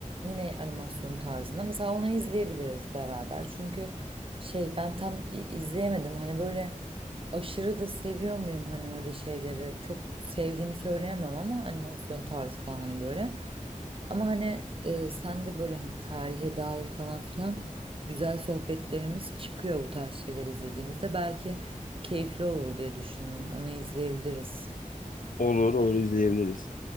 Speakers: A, on the right; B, on the left.
A: yine animasyon tarzında mesela onu izleyebiliriz beraber çünkü şey ben tam i- izleyemedim hani böyle aşırı da seviyor muyum hani öyle şeyleri çok sevdiğimi söyleyemem ama animasyon tarzı falan hani böyle ama hani e, sen de böyle hani tarihe dair falan filan güzel sohbetlerimiz çıkıyor bu tarz şeyler izlediğimizde belki keyifli olur diye düşündüm onu izleyebiliriz.
B: Olur olur izleyebiliriz.